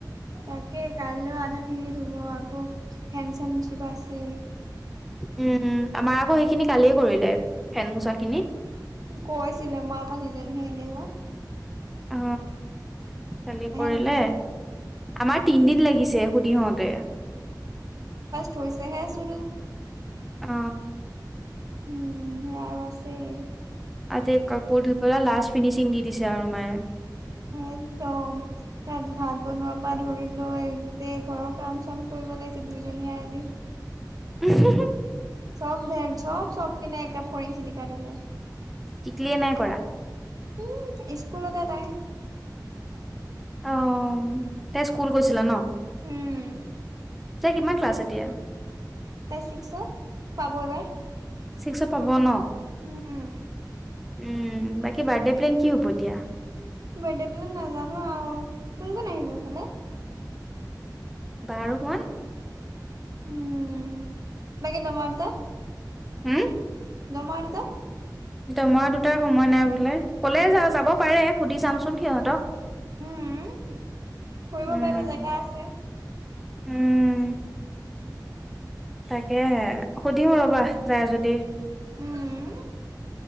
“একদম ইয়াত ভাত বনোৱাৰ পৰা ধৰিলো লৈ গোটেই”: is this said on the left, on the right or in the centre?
Right